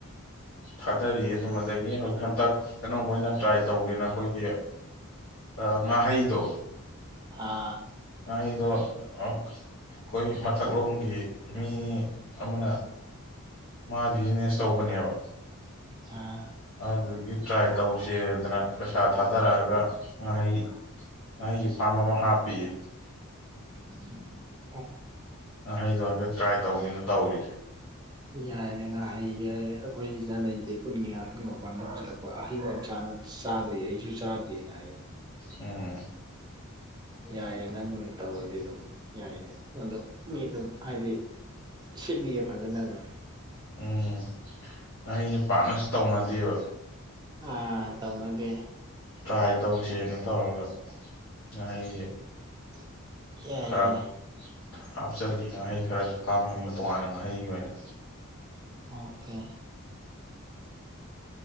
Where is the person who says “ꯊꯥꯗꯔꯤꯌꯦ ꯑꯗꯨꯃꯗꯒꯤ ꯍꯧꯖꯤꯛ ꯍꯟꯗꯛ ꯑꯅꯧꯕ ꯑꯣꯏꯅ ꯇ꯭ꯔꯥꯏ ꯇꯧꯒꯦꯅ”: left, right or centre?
Left